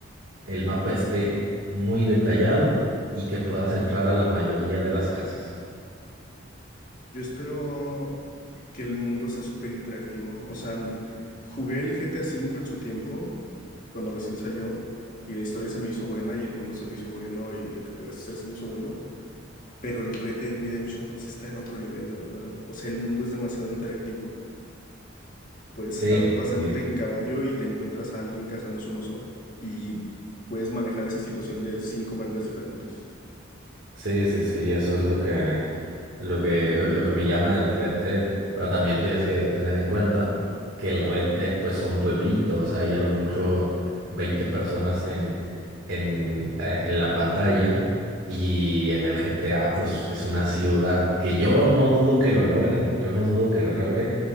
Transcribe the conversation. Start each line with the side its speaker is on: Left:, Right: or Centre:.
Right: el mapa esté muy detallado y que puedas entrar a la mayoría de las casas.
Left: Yo espero que el mundo sea súper interactivo. O sea, n- jugué el GTA cinco en su tiempo, cuando recién salió, y la historia se me hizo buena y el mundo se me hizo bueno y lo que podías hacer se me hizo bueno. Pero el Red Dead Redemption 2 está en otro nivel, de verdad. O sea, el mundo es demasiado interactivo. Puedes
Right: Sí,
Left: estar
Right: sí.
Left: paseándote
Right: sí.
Left: en caballo y te encuentras a alguien cazándose un oso y puedes manejar esa situación de cinco maneras diferentes.
Right: Sí, sí, sí, eso es lo que, lo que, lo que me llama del Red Dead, pero también tienes que tener en cuenta que el Red Dead pues son pueblitos, hay a lo mucho 20 personas en, en, eh, en la pantalla y en el GTA pues es una ciudad que yo no dudo que lo logren, yo no dudo que lo logren,